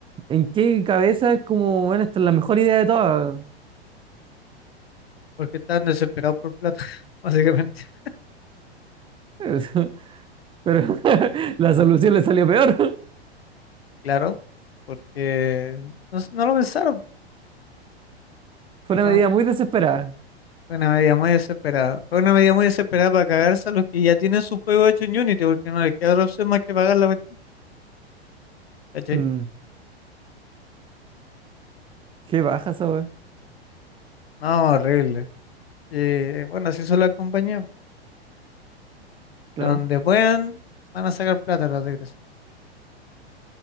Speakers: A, on the right; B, on the left.
A: ¿en qué cabeza es como, bueno, esta es la mejor idea de todas?
B: porque están desesperados por plata, <laughs> básicamente.
A: <laughs> Pero <laughs> la solución le salió peor.
B: Claro, porque no, sé, no lo pensaron.
A: <laughs> Fue una
B: no
A: medida muy desesperada.
B: Fue una medida muy desesperada. Fue una medida muy desesperada para cagarse a los que ya tienen su juego hecho en Unity, porque no les queda otra opción más que pagar la cuestión. ¿Cachai?
A: Mm, qué baja esa weá,
B: No, horrible. Y bueno, así son las compañías.
A: claro.
B: De donde puedan, van a sacar plata las desgracias.